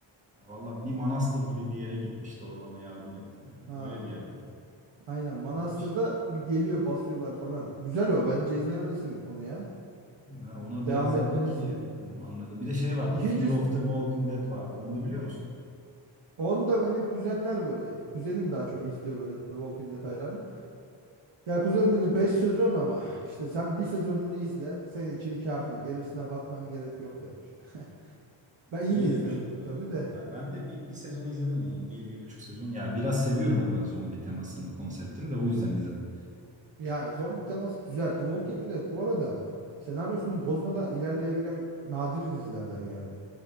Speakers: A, on the right (about 15°); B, on the right (about 80°).
A: Ya Valla bir manastır gibi bir yere gitmişti orada ona yardım ettiler. Yani.
B: Ha,
A: Öyle bir yer mi?
B: aynen Manastır'da
A: Öyle bir şey.
B: bir geliyor basıyorlar falan. Güzel o bence izlemelisin onu ya.
A: Ha, ona
B: Devam
A: biraz
B: etmelisi.
A: daha bakayım. Hmm, anladım. Bir de şey vardı.
B: İkincisi
A: Fear of the Walking Dead vardı. Onu da biliyor musun?
B: onu da benim kuzenler böyle. Kuzenim daha çok izliyor böyle The Walking Dead hayranı. Ya kuzen dedi 5 sezon ama işte sen bir sezonunu izle senin için kafi. Gerisine bakmana gerek yok demişti. <laughs> Ben yine
A: İyi
B: izlemedim
A: demişim. bu arada.
B: tabii de.
A: Ben, ben de bir, bir sezon izledim onu. Bir, bir buçuk sezon. Yani biraz seviyorum o ben zombi temasını, konseptini de o yüzden izledim.
B: Ya zombi teması güzel. The Walking Dead bu arada senaryosunu bozmadan ilerleyebilen nadir dizilerden yani.